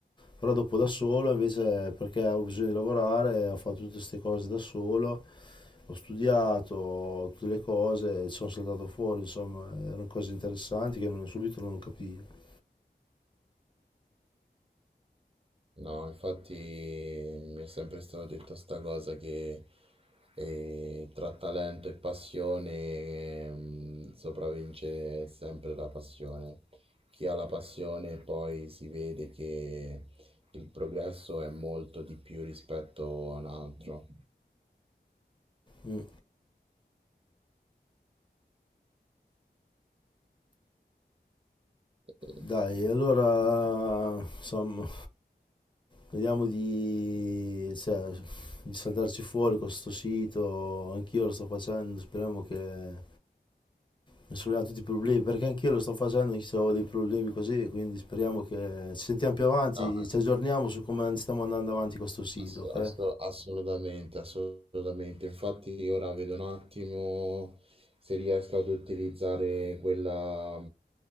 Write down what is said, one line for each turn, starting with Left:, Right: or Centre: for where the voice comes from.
Left: Però dopo da solo invece perché ho bisogno di lavorare, ho fatto tutte queste cose da solo, ho studiato tutte le cose e ci sono saltato fuori, insomma, erano cose interessanti che non- subito non capivo.
Right: No, infatti mi è sempre stato detto sta cosa che eh, tra talento e passione ehm, sopravvince sempre la passione. Chi ha la passione poi si vede che il progresso è molto di più rispetto a un altro.
Left: Mm.
Right: Eh,
Left: Dai, allora insomma, vediamo di, cioè, di saltarci fuori con questo sito, anch'io lo sto facendo, speriamo che mi solleviamo tutti i problemi, perché anch'io lo sto facendo, anch'io ho dei problemi così, quindi speriamo che ci sentiamo più avanti,
Right: No,
Left: ci aggiorniamo su come stiamo andando avanti con questo sito,
Right: Ass-
Left: ok?
Right: ass- assolutamente, assolutamente. Infatti ora vedo un attimo se riesco ad utilizzare quella,